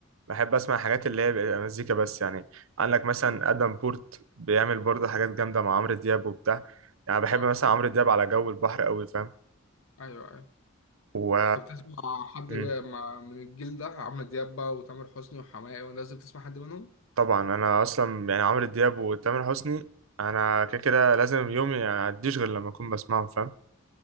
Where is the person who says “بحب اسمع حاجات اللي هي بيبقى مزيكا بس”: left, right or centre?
Right